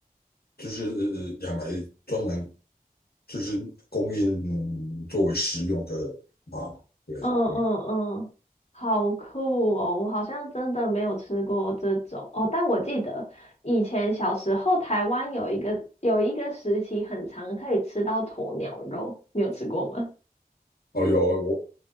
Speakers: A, on the left; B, on the left.
A: 就是养来专门就是供应、嗯作为食用的啊。对，
B: 嗯嗯嗯，
A: 嗯，
B: 好酷哦！我好像真的没有吃过这种哦，但我记得以前小时候台湾有一个有一个时期很长可以吃到鸵鸟肉，你有吃过吗？
A: 哦，有我